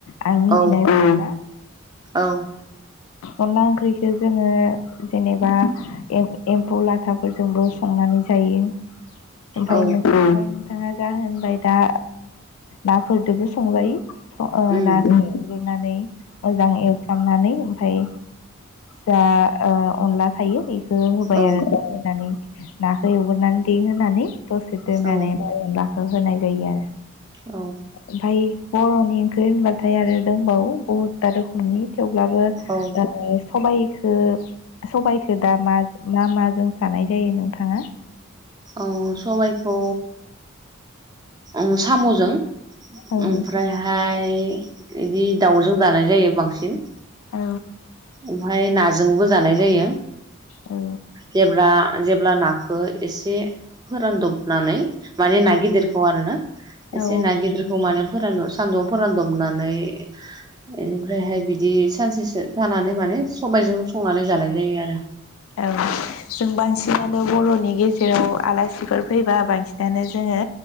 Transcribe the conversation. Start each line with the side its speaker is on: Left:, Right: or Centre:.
Left: आं मिथिनाय
Right: औ
Left: बादिबा
Right: औ
Left: अनला ओंख्रिखौ जोङो जेनेबा एम्फौ लाथाफोरजोंबो संनानै जायो‌। ओमफ्राय
Right: औ
Left: मोनसेफ्राय नोंथाङा जा होनबाय दा नाफोरजोंबो संजायो। ओ
Right: उम
Left: ना एवग्रोनानै मोजां एवफ्रामनानै ओमफ्राय जा अनला थायो बे होबाय
Right: औ
Left: आरो दा होनानै नाखौ एवगोरनानै देै होनानै दसे दोननानै
Right: औ
Left: <unintelligible> होनाय जायो आरो।
Right: औ
Left: ओमफाय बरनि ओंख्रि होनबा थाय आरो दंबावो बहुतथा रोखोमनि थेवब्लाबो
Right: औ
Left: ओ सबाय खौ सबायखौ दा <unintelligible> मा मा जों जानाय जायो नोंथाङा
Right: औ सबायखौ ओं सामजों
Left: औ
Right: ओमफ्रायहाय बिदि दाउजों जानाय जायो बांसिन
Left: औ
Right: ओमफाय नाजोंबो जानाय जायो
Left: औ
Right: जेब्ला जेब्ला नाखौ एसे फोरानदबनानै माने ना गिदिरखौ आरो ना एसे
Left: औ
Right: ना गिदिरखौ माने फोरान सानदुं आव फोरानदबनानै बेनिफ्रायहाय बि दि सानसेसो थानानै माने सबायजों संनानै जानाय जायो आरो
Left: औ जों बांसिनानो बरनि गेजेराव आलासिफोर फैबा बांसिनानो जोङो